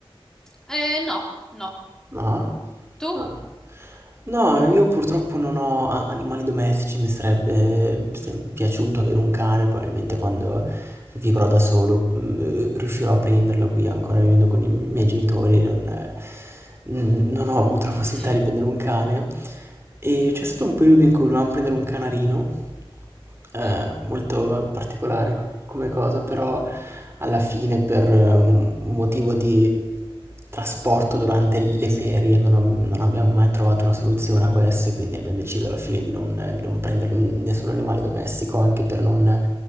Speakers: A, in the centre; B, on the right.
A: Eh, no, no.
B: No?
A: Tu?
B: No. No, io purtroppo non ho a- animali domestici, mi sarebbe se- piaciuto avere un cane, probabilmente quando vivrò da solo mm, riuscirò a prenderlo qui ancora vivendo con i miei genitori, non, mm, non ho avuto la possibilità
A: Mm.
B: di prendere un cane. E c'è stato un periodo in cui volevamo prendere un canarino, eh,
A: Mh.
B: molto particolare co- come cosa, però alla fine per eh, un un motivo di trasporto durante le ferie non, ab- non abbiamo mai trovato una soluzione a questo e quindi abbiamo deciso alla fine di non, di non prendere n- nessun animale domestico anche per non